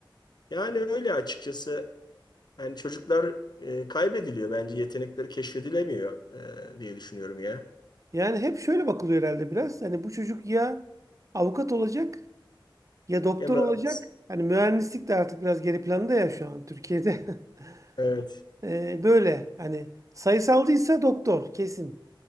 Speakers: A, on the left; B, on the right.
A: Yani öyle açıkçası. Yani çocuklar e, kaybediliyor bence. Yetenekleri keşfedilemiyor e, diye düşünüyorum ya.
B: yani hep şöyle bakılıyor herhalde biraz. Hani bu çocuk ya avukat olacak ya doktor
A: Ya mühendis.
B: olacak. Hani mühendislik de artık biraz geri planda ya şu an Türkiye'de. <laughs>
A: Evet.
B: Ee, böyle hani sayısalcıysa doktor kesin.